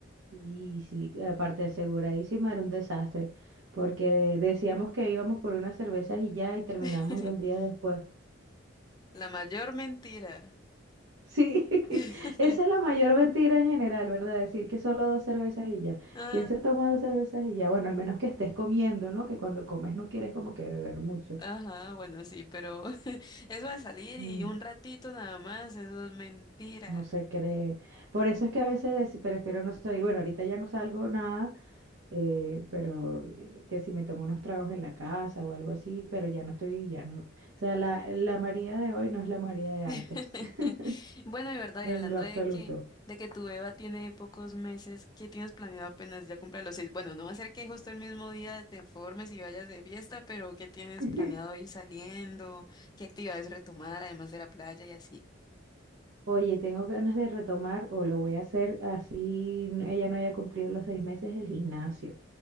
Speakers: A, on the right; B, on the left.
A: Y sí, eh, aparte aseguradísima era un desastre, porque decíamos que íbamos por unas cervezas y ya, y terminamos
B: <laughs>
A: dos días después.
B: La mayor mentira.
A: Sí, <laughs>
B: <laughs>
A: esa es la mayor mentira en general, ¿verdad? Decir que solo dos cervezas y ya.
B: Ah,
A: ¿Quién se toma dos cervezas y ya? Bueno, al menos que estés comiendo, ¿no? Que cuando comes no quieres como que beber mucho.
B: ajá, bueno, sí, pero <laughs> eso de salir
A: Mm,
B: y un ratito nada más, eso es mentira.
A: no se cree. Por eso es que a veces deci- prefiero no salir. Bueno, ahorita ya no salgo nada eh, pero eh, que si me tomo unos tragos en la casa o algo así, pero ya no estoy, ya no. O sea, la, la María de hoy no es la María de antes,
B: <laughs>
A: <laughs>
B: Bueno, y verdad,
A: en
B: y hablando
A: lo absoluto.
B: de que, de que tu Eva tiene pocos meses, ¿qué tienes planeado apenas ya cumple los seis? Bueno, no va a ser que justo el mismo día te formes y vayas de fiesta, pero ¿qué tienes
A: <laughs>
B: planeado ir saliendo? ¿Qué actividades retomar, además de la playa y así?
A: Oye, tengo ganas de retomar o lo voy a hacer así n- ella no haya cumplido los seis meses el gimnasio,